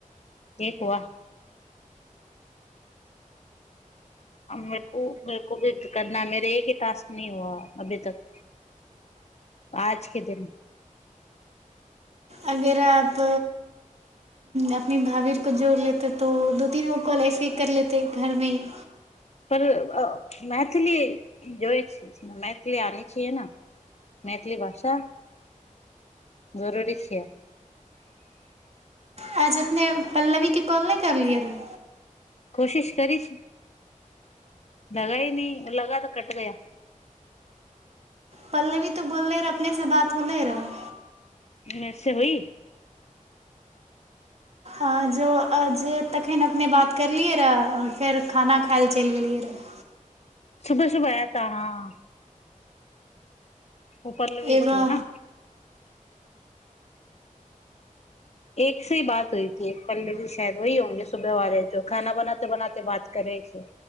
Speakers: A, on the left (about 50°); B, on the right (about 50°).
A: एक व क बकु भी करना मेर एक ही टास्क नी हुआ अभी तक आजके दिन
B: अगर आप अपने भाभीर को जोड़ लेते तो दू तीन गो कॉल ऐसे ही कर लेते घरमे ही
A: पर मैथिली जइ छै मैथिली आनी छियै ने मैथिली भाषा जरूरी छीय
B: आज अपने पल्लवी के कॉल नहि करलियए रहे
A: कोशिश करी छी लगा ह न लगा तऽ कट ग
B: पल्ले भी तो बोलले रहे अपने से बात होले रह
A: मेर से होइ
B: आ जो जे तखन अपने बात करलियै रहए आओर फेर खाना खाय लए चलि गेलियै रहए
A: सुबह सुबह आयता हँ ओ पल्लवी
B: एगो
A: छी ह ने एक से ही बात होई ती एक प्ले जी शायद वही हंगे सुबह वे जो खाना बनाते बनाे बात करे छै